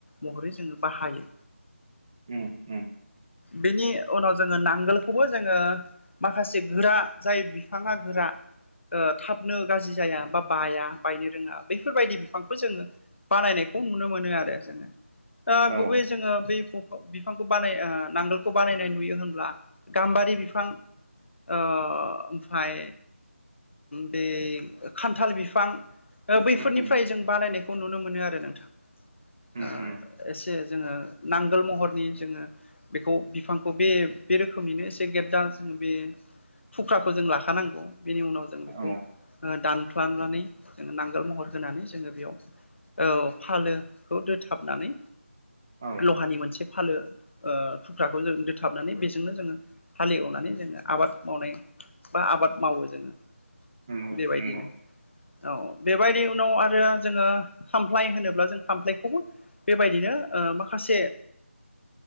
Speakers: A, on the left; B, on the right.
A: महरै जोङो बाहायो।
B: उम उम।
A: बेनि उनाव जोङो नांगोलखौबो जोङो माखासे गोरा जाय बिफाङा गोरा ओ थाबनो गाज्रि जाया बा बाया, बायनो रोङा बेफोरबायदि बिफांखौ जोङो बानायनाय खौ नुनो मोनो आरो जोङो। ओ
B: औ
A: गुबै जोङो बै बिफांखौ बानाय ओ नांगोलखौ बानायनाय नुयो होनब्ला गाम्बारि बिफां ओ ओमफ्राय बे खान्थाल बिफां। बैफोरनिफ्राय
B: उम
A: जों बानायनायखौ नुनो मोनो आरो नोंथां।
B: उम
A: ओ एसे जोङो नांगोल महरनि जोङो बेखौ बिफांखौ बे बे रोखोमनिनो एसे गेददा जोङो बे
B: <inaudible> <unintelligible>
A: फुख्राखौ जों लाखानांगौ बेनि उनाव जों
B: औ
A: बेखौ ओ दान ख्लांनानै जोङो नांगोल महर होनानै जोङो बेयाव औ फालो खौ दोथाबनानै
B: औ
A: लहानि मोनसे फालो ओ थुख्राखौ जों दोथाबनानै बेजोंनो जोङो हालेवनानै जोङो आबाद मावनाय बा आबाद मावो जोङो
B: नंगौ
A: बेबायदिनो
B: नंगौ
A: औ औ। बेबायदि उनाव आरो जोङो खामफ्लाय होनोब्ला जों खामफ्लायखौबो बेबायदिनो ओ माखासे
B: <unintelligible> <inaudible>